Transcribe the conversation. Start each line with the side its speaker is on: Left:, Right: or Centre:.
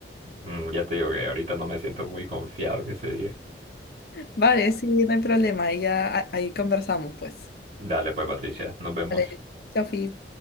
Right: Mm, ya te digo que ahorita no me siento muy confiado que se diga.
Left: Vale, sí, no hay problema. y ya a- ahí conversamos, pues.
Right: Dale pues, Patricia, nos vemos.
Left: Vale, chao, Fi.